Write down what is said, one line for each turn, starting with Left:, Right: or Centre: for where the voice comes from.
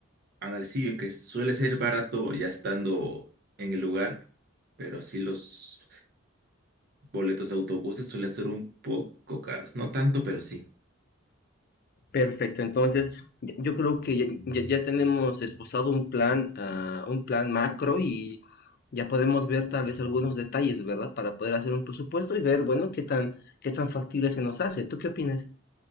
Right: Ándale, sí, que suele ser barato ya estando en el lugar, pero sí los boletos de autobuses suelen ser un poco caros. No tanto, pero sí.
Left: Perfecto, entonces ya- yo creo que ya, ya- ya tenemos esbozado un plan, ah, un plan macro y ya podemos ver tal vez algunos detalles, ¿verdad? Para poder hacer un presupuesto y ver, bueno, qué tan, qué tan factible se nos hace. ¿Tú qué opinas?